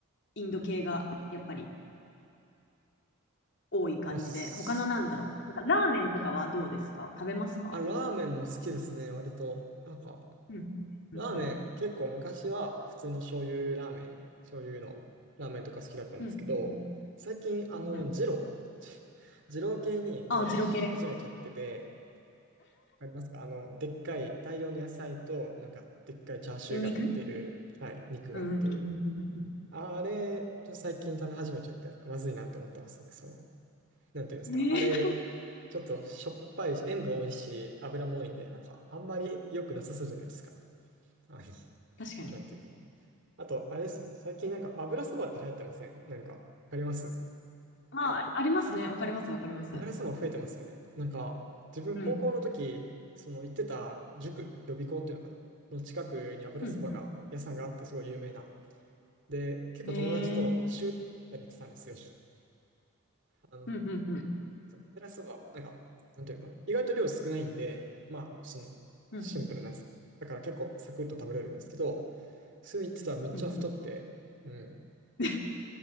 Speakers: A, on the left; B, on the right.
A: インド系がやっぱり多い感じで、
B: あ、す
A: 他のなんだろう、なんかラーメンとかはどうですか食べますか
B: あラーメンも好きですね、割と。なんか、
A: うん、
B: ラーメン、
A: うん、うん、
B: 結構昔は普通の醤油ラーメン、醤油のラーメンとか好きだったんですけど、
A: うん、うん、
B: 最近、あの、
A: うんうん。
B: 二郎、<laughs> 二郎系に手を出し始めちゃってて、
A: あ、二郎系、
B: わかりますかあの、でっかい大量の野菜と、なんか、でっかいチャーシューが乗ってる、
A: ニンニク
B: はい、肉が乗ってる。
A: うん、うん、うん、うん
B: あれ、ちょっと最近食べ始めちゃって、まずいなって思ってますね、そう。なんていうんですか、
A: うん。えー、
B: あれ、ちょっとしょっぱいし、塩分多いし、油も多いんで、なんかあんまり良くなさそうじゃないですか。あの、<laughs>
A: 確かに。
B: なんていうか。あと、あれですね、最近なんか油そばって流行ってませんなんか、わかります
A: まあ、ありますね。わかります、わかります。
B: 油そば増えてますよね。なんか、自分高校の時、
A: うん、
B: その行ってた塾、予備校っていうのかなの近くに油そばが、
A: うん、う
B: 屋さんがあってすごい有名な。で、結構友達と週に行ってたんですよ。
A: ん。えー、
B: あの、
A: うん、うん、うん、
B: そうプラスは、なんか、なんていうのかな。意外と量少ないんで、まあ、その、
A: うん、
B: シンプルなやつ。だから結構サクッと食べれるんですけど、それ言ってたらめっちゃ太って、
A: うん、うん
B: うん。
A: <laughs>。うん